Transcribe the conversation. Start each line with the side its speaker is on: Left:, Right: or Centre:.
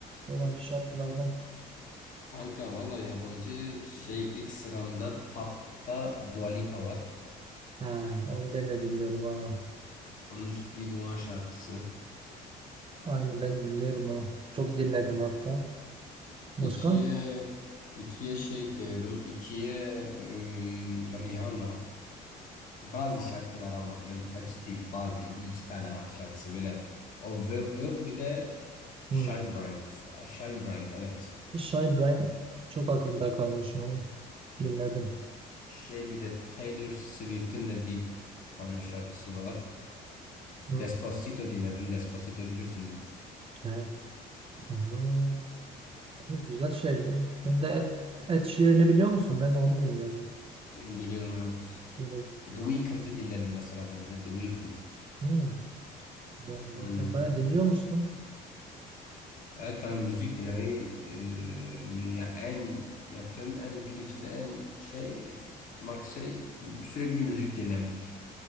Right: Yabancı şarkılardan.
Left: Kanka valla yabancı şey ilk sıramda Tap'ta Dua Lipa var.
Right: He, onu ben de dinliyorum ha.
Left: Onun Bir Duman şarkısı.
Right: Aynı ben dinliyorum onu. Çok dinledim hatta. Başka?
Left: İkiye ikiye şey koyuyorum. İkiye ım, Rihanna. Bazı şarkılar ama böyle hepsi değil. Bazı bir iki tane şarkısı böyle. O Work Work bir de Shine
Right: Hmm.
Left: Bright. Shine Bright evet.
Right: Şah İbrahim çok aklımda kalmış onu. Dinledim.
Left: Şey bir de Taylor Swift'in de bir tane şarkısı var.
Right: Hı.
Left: Despacito dinlerim. Despacito bilirsin.
Right: He, Aa, hani güzel şeyler. Ben de Ed, Ed Sheeran'ı biliyor musun? Ben de onu dinliyorum.
Left: Biliyorum evet.
Right: Böyle,
Left: The Weeknd'i dinlerim mesela ben de. The Weeknd.
Right: hmm, güzel, güzel.
Left: Hmm,
Right: Sen bayağı
Left: evet.
Right: dinliyormuşsun.
Left: Evet kanka müzik dinlemeyi e, mü- yani en yaptığım en gün içinde en şey f- max şey sürekli müzik dinlemek.